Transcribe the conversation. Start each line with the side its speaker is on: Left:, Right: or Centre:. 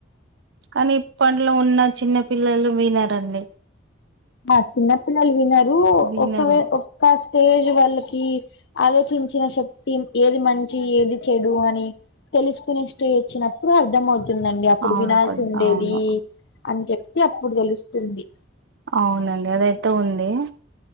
Right: కానీ ఇప్పట్లో ఉన్న చిన్న పిల్లలు వినరండి
Left: ఆ చిన్న పిల్లలు వినరు,
Right: వినరు
Left: ఒకే ఒక్క స్టేజ్ వల్ల కీ ఆలోచించిన శక్తి ఏది మంచి, ఏది చెడు అని తెలుసుకునే స్టె వచ్చినప్పుడు అర్థంమవుతు తుందండి అప్పుడు
Right: అవును
Left: వినాల్సి
Right: కొ
Left: ఉండేది
Right: అవును
Left: అని చెప్పి అప్పుడు తెలుస్తుంది.
Right: అవునండి అదయితే ఉంది.